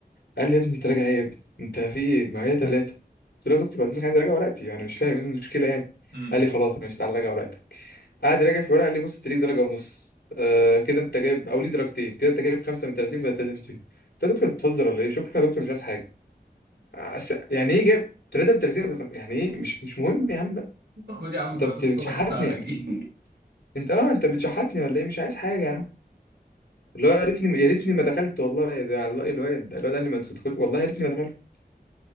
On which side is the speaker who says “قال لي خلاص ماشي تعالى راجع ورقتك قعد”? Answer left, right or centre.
Left